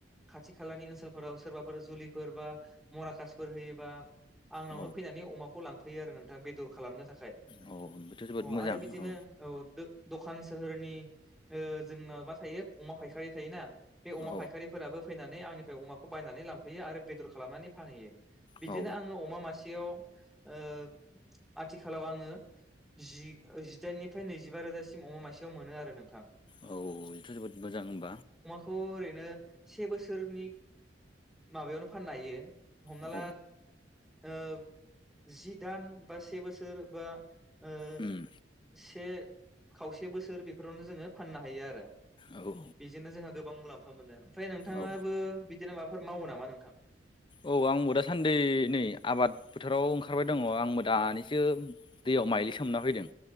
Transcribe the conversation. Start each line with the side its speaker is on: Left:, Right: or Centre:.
Centre: खाथि खालानि ओनसोलफोराव सोर बाफोर जुलिफोर बा मराकासफोर होयोबा आंनावनो
Left: औ
Centre: फैनानै अमाखौ लांफैयो आरो नोंथां बेदर खालामनो थाखाय
Left: औ बेथ' जोबोद
Centre: अ
Left: मोजां
Centre: आरो बिदिनो
Left: औ
Centre: औ दो दखान सोहोरनि ओ जोंना मा थायो अमा फायखारि थायोना बे अमा
Left: औ
Centre: फायखारिफोराबो फैनानै आंनिफ्राय अमाखौ बायनानै लांफैयो आरो बेदर खालामनानै फानहैयो बिदिनो
Left: औ
Centre: आङो अमा मासेयाव ओ आथिखालाव आङो जि ओ जिदाइननिफ्राय नैजिबा रोजासिम अमा मासेयाव मोनो आरो नोंथां
Left: औ बेथ' जोबोद मोजां होमबा
Centre: थ ओरैनो से बोसोरनि माबायावनो फाननो हायो हमना
Left: औ
Centre: ला ओ जि दान बा से बोसोर बा ओ
Left: उम
Centre: स से खावसे बोसोर बेफोरावनो जोङो फाननो हायो आरो
Left: औ
Centre: बेजोंनो जोंहा गोबां मुलाम्फा मोनो ओमफ्राय नोंथाङाबो
Left: औ
Centre: बिदिनो माबाफोर मावो नामा नोंथां
Left: औ आंबो दासान्दै नै आबाद फोथाराव ओंखारबाय दङ आंबो दानिसो दै याव माइलि सोमना फैदों